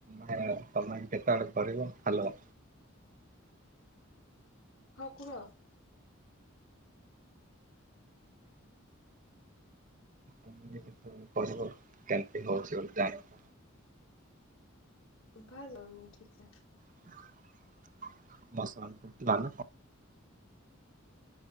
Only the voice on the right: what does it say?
ତମେ ତମେ କେତବେଳେ କରିବ। ହାଲୋ।
ତମେ କେତେବେଳେ କରିବ କେମିତି ହଉଛି ଗୋଟେ ଟାଇମ୍।
<unintelligible>